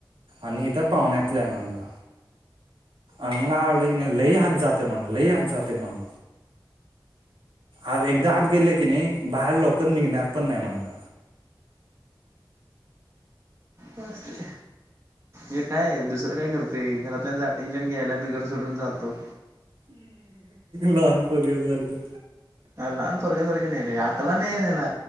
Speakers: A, on the right; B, on the right.
A: आणि हे तर पाहून्यातल आहे म्हणलं. अंगला आल कणी लई आत जातय म्हणल लई आज जाते म्हणल. आ एकदा आत गेले कणी बाहेर लवकर निघणार पण नाही म्हणलं.
B: नस्ते हे काय दुसरं काय करतय घरातल्यांच अटेन्शन घ्यायला मी घर सोडून जातो.
A: लहान पोरग्या सारखं.
B: लहान पोरग्या सारखं नाही रे आकला नाहीेयेत ह्याला.